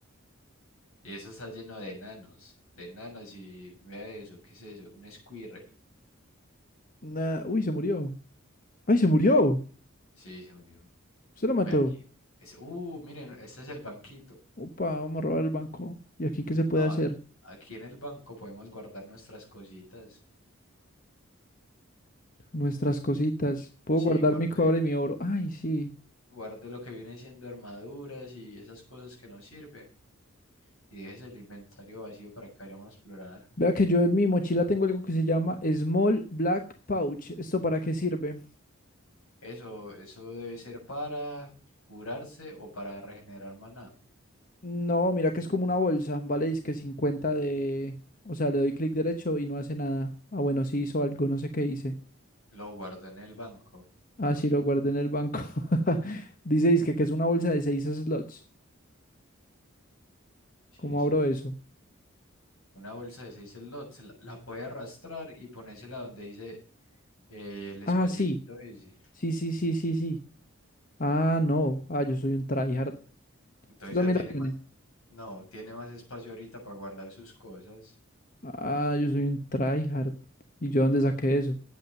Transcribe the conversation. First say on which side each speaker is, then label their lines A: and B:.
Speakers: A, on the left; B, on the left.
A: Y eso está lleno de enanos, de enanos y vea eso, ¿qué es eso? Un squirrel.
B: Nah, uy, se murió. ¡Ay, se murió!
A: Sí, se murió.
B: Se la mató.
A: Ve aquí. Es, uh, miren, este es el banquito.
B: Opa, vamos a robar el banco. ¿Y aquí qué se puede
A: No,
B: hacer?
A: aquí en el banco podemos guardar nuestras cositas.
B: Nuestras cositas. Puedo
A: Sí,
B: guardar
A: guarde,
B: mi cobre y mi oro. Ay, sí.
A: guarde lo que viene siendo armaduras y esas cosas que nos sirven. y dejes el inventario vacío para que vayamos a explorar.
B: Vea que yo en mi mochila tengo algo que se llama Small Black Pouch. ¿Esto para qué sirve?
A: Eso, eso debe ser para curarse o para regenerar maná.
B: No, mira que es como una bolsa. Vale, dice que 50 de... O sea, le doy clic derecho y no hace nada. Ah, bueno, sí hizo algo, no sé qué hice.
A: Lo guardo en el banco, me
B: Ah,
A: imagino.
B: sí, lo guardé en el banco. <laughs> Dice, dizque que es una bolsa de seis slots.
A: Sí,
B: ¿Cómo
A: sí.
B: abro
A: sí.
B: eso?
A: Una bolsa de 6 slots, la, la puede arrastrar y ponérsela donde dice eh, el espaciecito
B: Ah, sí.
A: ese.
B: Sí, sí, sí, sí, sí. Ah, no. Ah, yo soy un tryhard.
A: Entonces
B: Usted
A: ya
B: también
A: tiene
B: la tiene.
A: más, no, tiene más espacio ahorita para guardar sus cosas.
B: Ah, yo soy un tryhard. ¿Y yo dónde saqué eso?